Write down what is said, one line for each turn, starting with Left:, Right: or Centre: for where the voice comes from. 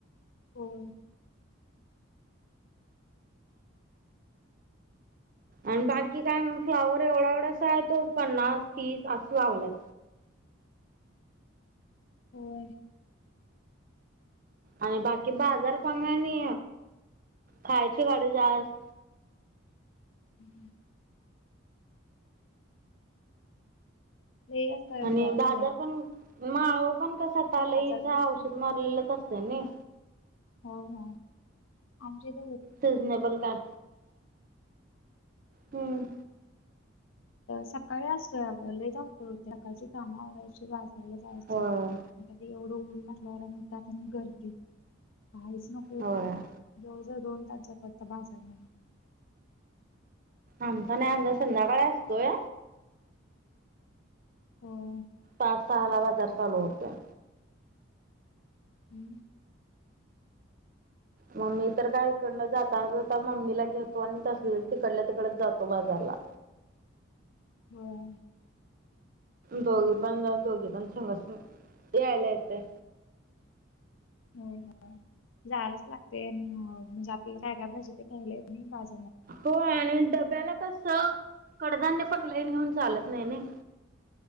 Left: होय
Right: आणि बाकी
Left: मग
Right: काय म फ्लाॅवर एवढा एवढासा आय तो पन्नास तीस असं लावल्यात
Left: होय
Right: आणि बाकी बाजार कमी आणी खायची गाडे जास्त
Left: <inaudible> लई अस हे
Right: आणि
Left: असतय
Right: बाजार पण माळवं पण कस आता
Left: बाजार
Right: लईच
Left: भरतो
Right: औषध मारलेलंच असतय त्यांनी
Left: होय होय आमचे <inaudible>
Right: सिजनेबल काय हम्म
Left: सकाळी असतोय आग लय धावपळ होतंय, सकाळची काम आवरायची कशाला जायायच
Right: होय
Left: घरी येवढं ऊ ऊन म्हटल्यावर त्यात आणि गर्दी काहीच नको होतंय
Right: होय.
Left: जाऊदे दोन आजच्या पुरता बाजार म्हणे
Right: आमचा नाही, आमचा संध्याकाळी असतोय
Left: होय
Right: पाच सहाला बाजार चालू होतोय
Left: हम्म
Right: म मी तर काय इकडनं जाता जाता मम्मीला घेतो. आणि तसचं तिकडल्या तिकडं जातो बाजारला.
Left: होय
Right: दोघी पण जाऊन दोघी, पण संघच यायला येतंय
Left: होय होय जायायलाच लागतंय, आणि म्हणजे आपल्याला काय काय पाहिजे ते घ्यायला येतंय बाजारला-
Right: हो आणि डब्याला कसं- कडधान्य पण लय नेऊन चालत नाही नई-